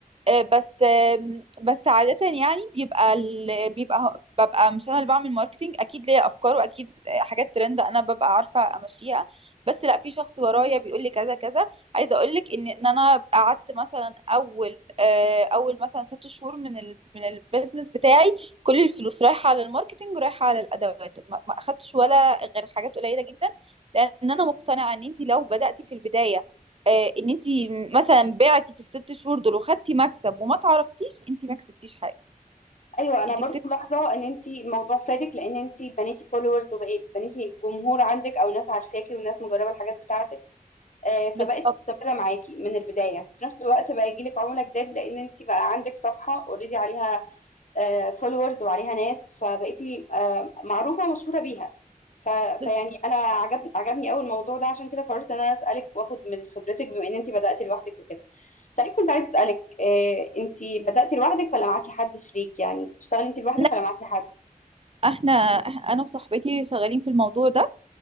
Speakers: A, on the right (about 40°); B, on the left (about 60°).
A: آه، بس آم، بس عادة يعني بيبقى ال... بيبقى هو- ببقى مش انا اللي بعمل ماركتينج اكيد ليا افكار واكيد آه، حاجات ترند انا ببقى عارفة امشيها بس لا في شخص ورايا بيقول لي كذا كذا عايزة اقول لك ان ان انا قعدت مثلا اول آه، اول مثلا ست شهور من ال... من البيزنس بتاعي كل الفلوس رايحة على الماركتينج ورايحة على الادوات ما ما اخدتش ولا غير حاجات قليلة جدا لان انا مقتنعة ان انت لو بدأتي في البداية آه، ان انت مثلا بعتي في الست شهور دول وخدتي مكسب وما تعرفتيش انت ما كسبتيش حاجه
B: ايوه انا
A: انت
B: برضو
A: كسبتي
B: ملاحظه ان انت الموضوع فادك لان انت بنيتي فولورز وبقيت بنيتي جمهور عندك او ناس عارفاكي وناس مجربه الحاجات بتاعتك آه، فبقت
A: بالظبط
B: مستمره معاكي من البدايه في نفس الوقت بقى يجيلك عملاء جداد لان انت بقى عندك صفحه اوريدي عليها فولورز وعليها ناس فبقيتي آه، معروفة ومشهورة بيها ف... فيعني
A: بالظبط
B: انا عجب... عجبني قوي الموضوع ده عشان كده قررت ان انا اسالك واخد من خبرتك بما ان انت بدات لوحدك وكده صحيح كنت عايز اسالك آه، انت بدات لوحدك ولا معاكي حد شريك يعني بتشتغلي انت لوحدك
A: لا
B: ولا معاكي حد
A: احنا انا وصاحبتي شغالين في الموضوع ده